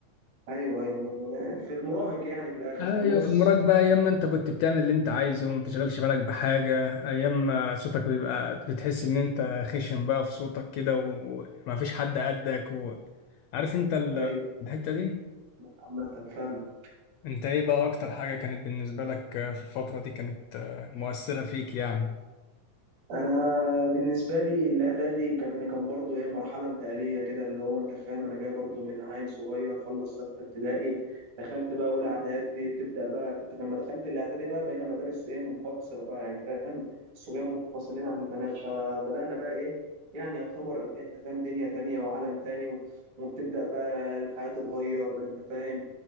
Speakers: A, on the right (about 75°); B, on the left (about 85°).
A: ايوه ايوه من- في المراهق يعني من الاخر
B: أيوة
A: في النص
B: في المراك بقى أيام ما أنت كنت بتعمل اللي أنت عايزه وما بتشغلش بالك بحاجة أيام ما صوتك بيبقى بتحس إن أنت خشن بقى في صوتك كده و- وما فيش حد قدك وعارف أنت ال-
A: ايوه
B: الحتة دي
A: عامه فاهم
B: أنت إيه بقى أكتر حاجة كانت بالنسبة لك آه، في الفترة دي كانت آه، مؤثرة فيك يعني
A: انا بالنسبه لي الاعدادي كان كان برضو ايه مرحله انتقاليه كده اللي هو انت فاهم انا جاي برضو من عيل صغير خلص سته ابتدائي دخلت بقى اولى اعدادي بتبدا بقى كنت لما دخلت الاعدادي بقى بقينا مدارس ايه منفصله بقى يعني فاهم الصبيان منفصلين عن البنات فبدانا بقى ايه يعني يعتبر انت فاهم دنيا تانية وعالم تاني و- وبتبدا بقى الحياه تتغير انت فاهم